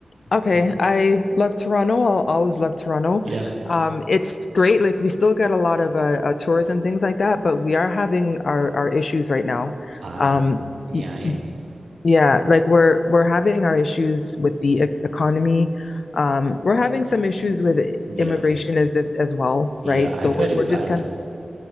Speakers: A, on the left; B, on the right.
A: Okay,
B: Mm,
A: I love Toronto. I'll always love Toronto.
B: Yeah.
A: Um, it's great. Like we still get a lot of uh, uh tourism things like that, but we are having our our issues right now.
B: Ah,
A: Um,
B: yeah.
A: y-
B: eh?
A: Yeah, like we're we're having our issues with the e economy. Um, we're having some issues
B: Mm,
A: with i-
B: Yeah.
A: immigration as as, as well,
B: Yeah,
A: right?
B: I've
A: So
B: heard
A: we're
B: it's
A: we're
B: bad.
A: just kind of